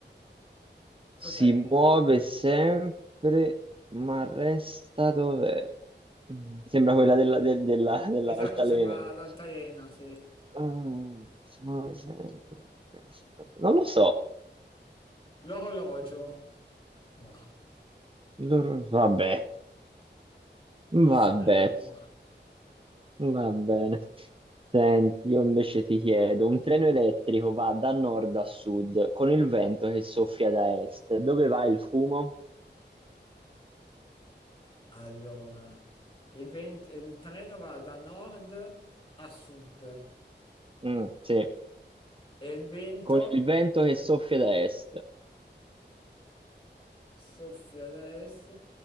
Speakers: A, on the right (about 30°); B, on the left (about 30°).
A: si
B: Cos'è?
A: muove sempre, ma resta dov'è? Mm, Sembra quella della, del- della- dell'altalena
B: Esatto, sembra
A: lì.
B: l'altalena, sì.
A: Ah, si muove sempre, ma resta... Non lo so.
B: L'orologio. Boh,
A: Loro- Vabbè,
B: non
A: vabbè.
B: sarà. boh.
A: Va bene. Senti, io invece ti chiedo, un treno elettrico va da nord a sud con il vento che soffia da est. Dove va il fumo?
B: Allora, il, 20 il treno va da nord a sud.
A: Mm, sì,
B: E il vento
A: con il vento che soffia da est.
B: soffia ad est,